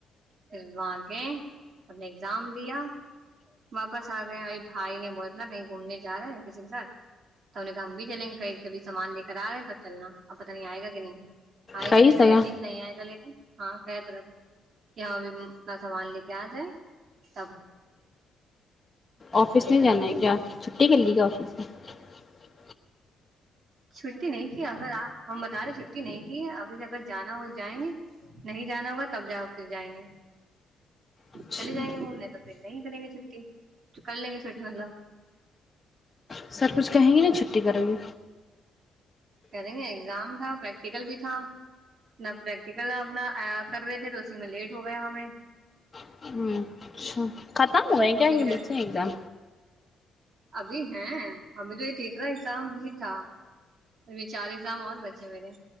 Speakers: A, on the right; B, on the left.
A: پھر وہاں گئے اپنے جام دیا واپس آ گئے اب بھائی نے بتنا کہیں گھومنے جا رہے ہیں کسی کے ساتھ تو ان نے کہا ہم بھی چلیں گے قری کبھی سامان لے کر آ رہے ہیں تب چلنا اب پت نہیں آئے گا کہ نہیں آئے
B: کہی
A: گا لینا
B: سگا
A: تھا ٹھیک نہیں آئے گا لینے ہاں کہ تو رہ کہ ہاں اب اپنا سامان لے کے آ جائے تب
B: آفس
A: لے
B: نہیں
A: گا
B: جانا
A: تو ٹھیک
B: ہے کیا
A: نہیں
B: چھٹی کر لیے گے آفس میں اچ اچ
A: چھٹی نہیں کی اگرپ ہم سارے چھٹی نہیں کی ہے ابھی اگر جانا ہو تو جائیں گے نہیں جانا ہوگا تب جاؤ پھر جائیں گے
B: اچھا
A: چلے جائیں گے گھومنے تو پھر نہیں کریں گے چھٹی تو کر لیں گے چھٹی مطلب
B: سر کچھ کہیں گے نہیں چھٹی کریں گے
A: کریں گے ایگزام تھا پریکٹیکل بھی تھا نہ پریکٹیکل اپنا کر رہے تھے تو اسی میں لیٹ ہو گیا ہمیں
B: گے اچھا ختم ہوئے
A: اس
B: کیاگ
A: دن کا
B: بچے ایگزام
A: ابھی ہیں ابھی تو یہ تٹیکرا ایگزام ہی تھا ا چار ایگزام اور بچے میرے